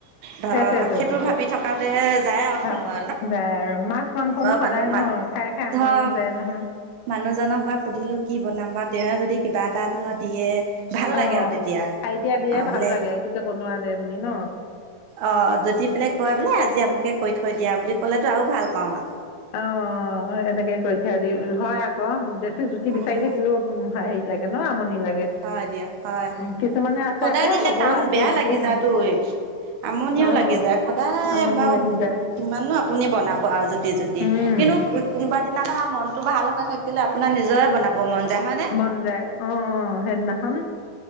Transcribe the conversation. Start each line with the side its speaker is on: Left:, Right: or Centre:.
Right: ধৰ
Left: সেইটোৱেতো
Right: সেইটো ভাবি থকাতে যায় আৰু
Left: ভা-
Right: সময় অলপ,
Left: যায় আৰু মাছ মাংসনো
Right: বৰ
Left: সদায়
Right: মানুহ
Left: ন খাই খাই আমুৱাইও
Right: ধৰ
Left: যায় নহয়
Right: মানুহজনক বা সুধিলো কি বনাম? বা তেৱেই যদি কিবা এটা ধৰ দিয়ে। ভাল লাগে
Left: অ
Right: আৰু তেতিয়া।
Left: আইডিয়া দিয়ে
Right: অ'
Left: ভাল
Right: বোলে
Left: লাগে এইটোকে বনোৱা দে বুলি ন
Right: অ' যদি বোলে কয় বোলে আজি আমুকে কৰি থ থৈ দিয়া বুলি ক'লেতো আৰু ভাল পাওঁ আৰু
Left: অ' এনেকেই কৰি থিয় দি হয় আকৌ বেছি জুতি বিচাৰি
Right: উম
Left: থাকিলোও উ হেৰি লাগে ন আমনি লাগে
Right: হয় দিয়া হয়
Left: কিছুমানে আছে
Right: সদায়
Left: আকৌ এ
Right: দিলে
Left: হ'ব
Right: টান
Left: আজি
Right: বেয়া
Left: এনেকেই
Right: লাগি
Left: খাওঁ
Right: যায় তো। আমনিও
Left: অ
Right: লাগি যায় সদায়
Left: আমনি
Right: বাৰু
Left: লাগি যায়
Right: কিমাননো আপুনি বনাব আৰু জুতি জুতি
Left: উম
Right: কিন্তু কোনোবা দিনা ধৰা মনতটো ভাল হৈ থাকিলে আপোনাৰ নিজৰে বনাব মন যায় হয় ন?
Left: মন যায় অ' অ' সেইদিনাখন